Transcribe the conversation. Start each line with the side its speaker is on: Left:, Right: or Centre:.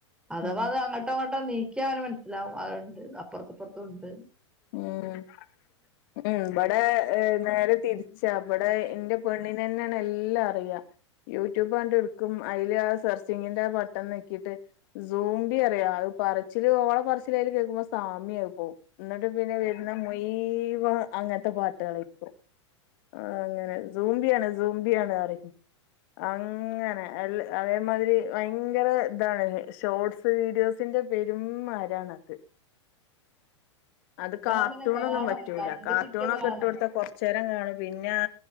Centre: അഥവാ
Left: ഉം ഉം
Centre: അത് അങ്ങട്ട് ട്ടോ ങ്ങ്ട്ടോ നീക്കിയ അവന് മനസ്സിലാവും അഹ്ണ്ട് അപ്പറത്തും പ്പറത്തുണ്ട്.
Left: ഉം ഉം ഇവിടെ നേരെ തിരിച്ചാ വ്ടെ ന്റെ പെണ്ണിന്. നെന്നേണ് എല്ലാ അറിയാ യൂട്യൂബണ്ട് ഇട്ക് ക്കും അയില് ആ സെർച്ചിങ്ങിന്റെ ബട്ടൺ നെക്കീട്ട് സൂമ്പി അറിയാ അഹ് പറിച്ചില് ഓളെ പറച്ചിലയില് കേക്കുമ്പോ സാമി ആയി പോവും ന്നിട്ട് പിന്നെ വരുന്ന മുയിവം അങ്ങൻത്തെ പാട്ടാള് ഇപ്പോ ആഹ് അങ്ങനെ സൂമ്പിയാണ് സൂമ്പിയാണ് അറീം അങ്ങനെ എല്ല അതേമാതിരി വയങ്കര താണ് ഷോട്സ് വീഡിയോസിന്റെ പെരും മാരാണത്. അത്
Centre: പിന്നെ
Left: കാർട്ടൂണൊന്നും
Centre: അങ്ങനെ കാണും
Left: പറ്റൂല
Centre: കണ്ട്
Left: കാർട്ടൂണൊക്കെ
Centre: കിട്ടിയ കാണും
Left: ഇട്ട് കൊടുത്ത കൊറച്ച് ച്ചേരം കാണും പിന്നെ ആ